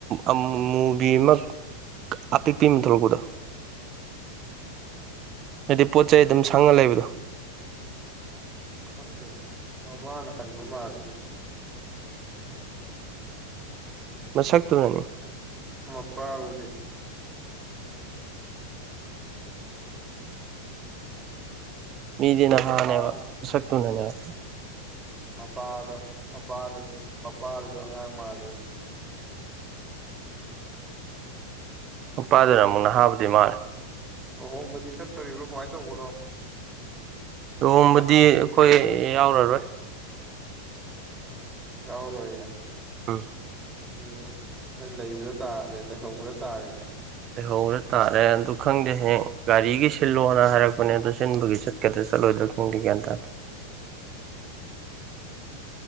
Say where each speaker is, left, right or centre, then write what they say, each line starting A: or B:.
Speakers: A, on the right (about 35°); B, on the right (about 15°).
A: ꯑꯃꯨꯕꯤ ꯑꯃ ꯑꯄꯤꯛꯄꯤ ꯑꯃ ꯊꯣꯛꯂꯛꯄꯗꯣ ꯍꯥꯏꯗꯤ ꯄꯣꯠ ꯆꯩ ꯑꯗꯨꯝ ꯁꯪꯉ ꯂꯩꯕꯗꯣ
B: ꯈꯪꯗꯦꯅꯦ ꯃꯃꯥꯅ ꯍꯟꯕ ꯃꯥꯜꯂꯤꯅꯦ
A: ꯃꯁꯛꯇꯨꯅꯅꯤ
B: ꯃꯄꯥ ꯕꯨꯗꯤ
A: ꯃꯤꯗꯤ ꯅꯍꯥꯅꯦꯕ
B: ꯃꯄꯥꯗꯣ
A: ꯁꯛꯇꯨꯅꯅꯦꯕ
B: ꯃꯄꯥꯗꯣ ꯃꯄꯥꯗꯣ ꯃꯄꯥꯗꯨꯁꯨ ꯑꯉꯥꯡ ꯃꯥꯜꯂꯦꯕ
A: ꯅꯨꯄꯥꯗꯨꯅ ꯑꯃꯨꯛ ꯅꯍꯥꯕꯨꯗꯤ ꯃꯥꯜꯂꯦ
B: ꯂꯨꯍꯣꯡꯕꯗꯤ ꯆꯠꯇꯣꯔꯤꯕ꯭ꯔꯣ ꯀꯃꯥꯏ ꯇꯧꯕꯅꯣ
A: ꯂꯨꯍꯣꯡꯕꯗꯤ ꯑꯩꯈꯣꯏ ꯌꯥꯎꯔꯔꯣꯏ
B: ꯌꯥꯎꯔꯣꯏꯌꯦ
A: ꯑ
B: ꯑꯗꯨꯗꯤ ꯑꯩꯈꯣꯏ ꯂꯩꯕꯗ ꯇꯥꯔꯦ ꯂꯩꯍꯧꯕꯗ ꯇꯥꯔꯦꯅꯦ
A: ꯂꯩꯍꯧꯕꯗ ꯇꯥꯔꯦ ꯑꯗꯨ ꯈꯪꯗꯦ ꯍꯌꯦꯡ ꯒꯥꯔꯤꯒꯤ ꯁꯤꯜꯂꯣꯅ ꯍꯥꯏꯔꯛꯄꯅꯦ ꯑꯗꯨ ꯁꯤꯟꯕꯒꯤ ꯆ ꯀꯗꯔ ꯆꯠꯂꯣꯏꯗꯔ ꯈꯪꯗꯦ ꯒ꯭ꯌꯥꯟ ꯇꯥꯗꯦ